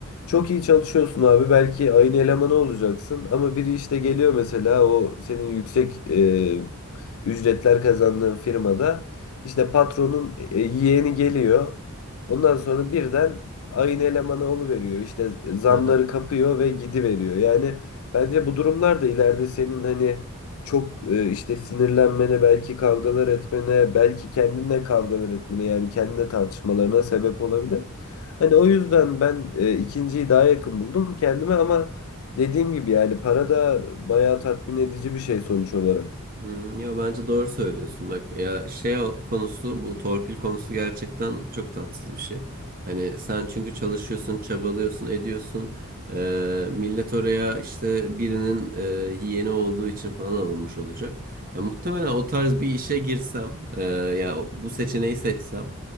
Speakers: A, on the left; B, on the right.
A: Çok iyi çalışıyorsun abi belki aynı elemanı olacaksın ama biri işte geliyor mesela o senin yüksek e, ücretler kazandığın firmada işte patronun e, yeğeni geliyor. Ondan sonra birden aynı elemanı veriyor işte zamları
B: <laughs>
A: kapıyor ve gidiveriyor. Yani bence bu durumlar da ileride senin hani çok e, işte sinirlenmene, belki kavgalar etmene, belki kendinle kavgalar etmene yani kendine tartışmalarına sebep olabilir. Hani o yüzden ben e, ikinciyi daha yakın buldum kendime ama dediğim gibi yani para da bayağı tatmin edici bir şey sonuç olarak.
B: Hmm, ya bence doğru söylüyorsun bak ya şey o- konusu bu torpil konusu gerçekten çok tatsız bir şey. Hani sen çünkü çalışıyorsun, çabalıyorsun, ediyorsun. Ee, millet oraya işte birinin e, yeğeni olduğu için falan alınmış olacak. Ya muhtemelen o tarz bir işe girsem e, ya bu seçeneği seçsem